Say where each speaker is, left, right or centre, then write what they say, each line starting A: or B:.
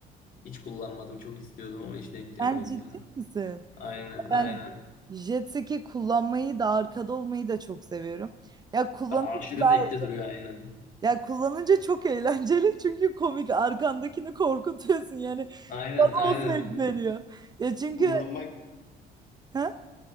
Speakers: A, on the left; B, on the right.
A: Hiç kullanmadım çok istiyordum ama hiç denk gelmedim
B: Sen ciddi
A: daha.
B: misin?
A: Aynen aynen.
B: Ben jet ski kullanmayı da arkada olmayı da çok seviyorum. Ya kullanınca
A: Daha aşırı
B: da,
A: zevkli duruyor aynen.
B: ya kullanınca çok eğlenceli <laughs> çünkü komik arkandakini korkutuyorsun yani
A: Aynen
B: bana
A: aynen.
B: o zevk veriyor. Ya çünkü
A: Kullanmak
B: ha?